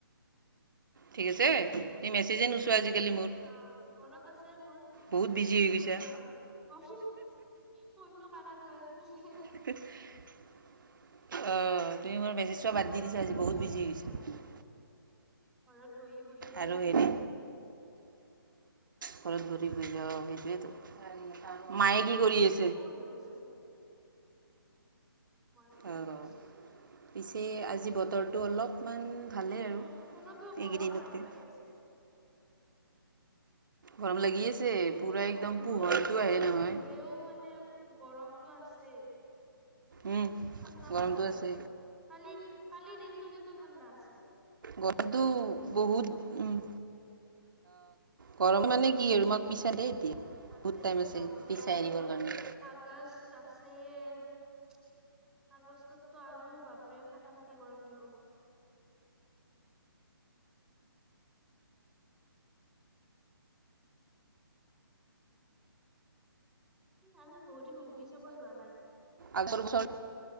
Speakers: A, on the right; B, in the centre.
A: ঠিক আছে। তুমি মেছেজে নোচোৱা আজিকালি মোৰ,
B: হা মনত আছে মোৰ
A: বহুত বিজি
B: কিন্তু
A: হৈ গৈছা।
B: মই পাহৰি অ ফোনটো কানত লৈ আছোঁ যে।
A: অ তুমি মোৰ মেছেজ চোৱা বাদ দি দিছা আজি
B: তামাম
A: বহুত
B: তামাম
A: বিজি হৈ
B: মই
A: গৈছা।
B: ঘৰত বহি বহিয়ে
A: আৰু
B: বিজি।
A: হেৰি ঘৰত বহি বহি অ সেইটোৱেটো, মায়ে কি কৰি আছে।
B: কাপোৰ ধুই আছে। মই বহি
A: অহ
B: আছো
A: পিছে আজি বতৰটো অলপমান ভালেই
B: উম
A: আৰু
B: তথাপিও গৰম
A: এইকেইদিনতকে
B: লাগি আছে চোন
A: গৰম লাগি আছে
B: উম
A: পূৰা একদম
B: দিব
A: পোহৰটো
B: আৰু বৰষুণ
A: আহে নহয়
B: দিলেও মানে- গৰমতটো আছেই ঠাণ্ডা
A: উম, গৰমটো
B: পৰা নাই
A: আছে
B: মানে- কালি কালিৰ দিনটো কিন্তু ঠাণ্ডা আছিলে।
A: বতৰটো বহুত উম, গৰম মানে কি আৰু তোমাক পিছা দেই এতিয়া
B: তাকেই
A: বহুত টাইম
B: তো
A: আছে
B: বাপৰে
A: পিছাই
B: আৰু
A: দিবৰ
B: তো
A: কাৰণে
B: আগষ্ট আছেই আগষ্টততো আৰু বাপৰে ফাটা ফাটি গৰম দিব। আমি বহুত দিন মুভি চাব যোৱা নাই।
A: আচল ৰ'দ